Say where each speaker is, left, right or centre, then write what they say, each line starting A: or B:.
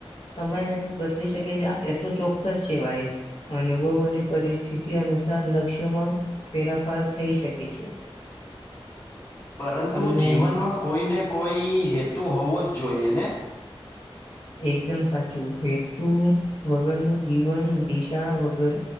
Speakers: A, on the left; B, on the left.
A: સમય બદલી શકે છે એ તો ચોક્કસ છે ભાઈ અનુભવ અને પરિસ્થિતિ અનુસાર લક્ષ્યમાં ફેરાફાર થઈ શકે છે
B: પરંતુ
A: તમને
B: જીવનમાં કોઈને કોઈ હેતુ હોવો જ જોઈએ ને
A: એકદમ સાચું એટલું વગરનું જીવન દિશા વગર